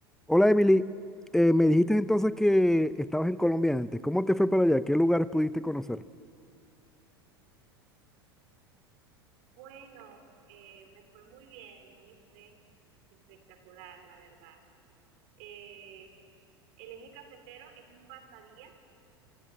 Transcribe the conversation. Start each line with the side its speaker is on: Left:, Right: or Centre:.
Centre: Hola Emily, Eh, me dijiste entonces que estabas en Colombia antes. ¿Cómo te fue para allá? ¿Qué lugares pudiste conocer?
Right: Bueno, eh, me fue muy bien, ¿no viste? Espectacular, la verdad. Eh, el eje cafetero es un pasadía